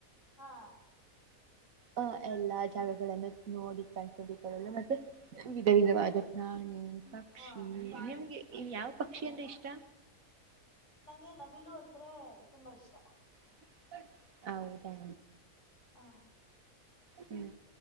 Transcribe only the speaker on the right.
ಆ ಎಲ್ಲಾ ಜಾಗಗಳನ್ನು ನೋಡಿ ಕಣ್ಣ ತುಂಬಿ ಕೊಳ್ಳಲು ಮತ್ತು ವಿಧ ವಿಧವಾದ ಪ್ರಾಣಿ ಪಕ್ಷಿ
ನಿಮ್ಗೆ ಯಾವ ಪಕ್ಷಿ ಅಂದ್ರೆ ಇಷ್ಟ?
<unintelligible> ಹೌದಾ...
ಹ್ಮ್